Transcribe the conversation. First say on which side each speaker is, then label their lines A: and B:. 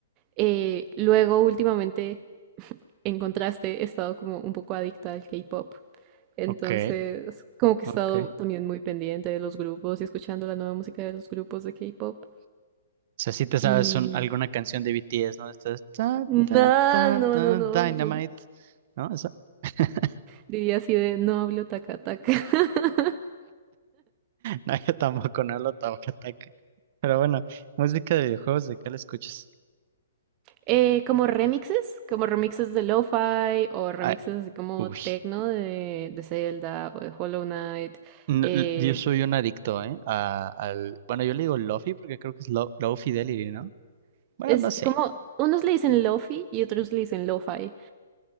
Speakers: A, on the right (about 30°); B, on the right (about 45°).
A: Eh, luego, últimamente, en contraste, he estado como un poco adicta al K-pop. Entonces,
B: Ok,
A: como que
B: ok.
A: he estado
B: O
A: también muy pendiente de los grupos y escuchando la nueva música de los grupos de K-pop.
B: sea, sí te sabes
A: Y
B: un- alguna canción de BTS, ¿no? Estás ta,
A: nada,
B: ta, ta,
A: no,
B: ta,
A: no, no,
B: Dynamite,
A: yo no-
B: ¿no? Esa. <laughs>
A: diría así de no hablo taca taca. <laughs>
B: No, yo tampoco, no lo tomo ataque. Pero bueno, música de videojuegos, ¿de qué la escuchas?
A: Eh, como remixes, como remixes de lo-fi o remixes
B: Ay,
A: así como
B: uy.
A: techno de, de Zelda o de Hollow Knight.
B: No,
A: eh,
B: l- yo soy un adicto, ¿eh? A- al, bueno, yo le digo Lofi porque creo que es Low, Low Fidelity, ¿no? Bueno,
A: es
B: no sé.
A: como, unos le dicen lo-fi y otros le dicen lo-fi.